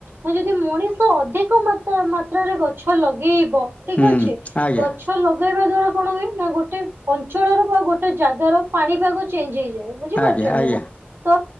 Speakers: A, on the right; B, on the left.
A: ଆ ଯଦି ମଣିଷ ଅଧିକ ମାତ ମାତ୍ରାରେ ଗଛ ଲଗେଇବ ଠିକ
B: ହୁଁ
A: ଅଛି
B: ଆଜ୍ଞା
A: ଗଛ ଲଗ ଲଗେଇବା ଦ୍ଵାରା କଣ ହୁଏ ନା ଗୋଟେ ଅଞ୍ଚଳର ବା ଗୋଟେ ଜାଗାର ପାଣିପାଗ ଚେଞ୍ଜ ହେଇଯାଏ। ବୁଝିପାରୁଛନ୍ତି
B: ଆଜ୍ଞା ଆଜ୍ଞା
A: ନା। ତ